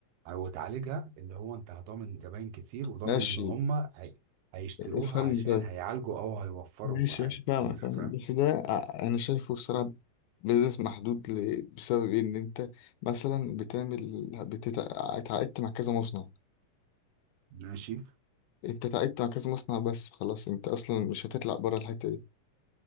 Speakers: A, on the right; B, on the left.
A: أو تعالجها اللي هو أنت هضامن زباين كتير وضامن
B: ماشي
A: إن هما هي... هيشتروها
B: افهمني
A: عشان
B: طيب
A: هيعالجوا أو هيوفروا
B: ماشي
A: حاجات
B: ماشي
A: كتير
B: فاهمك فاهم
A: فاهم؟
B: بس ده ع- انا شايفه الصراحة بيزنس محدود ل... بسبب إيه؟ ان انت مثلا بتعمل بتتعاقدت مع كذا مصنع
A: ماشي
B: انت تعبت مع كذا مصنع بس خلاص انت اصلا مش هتطلع بره الحته دي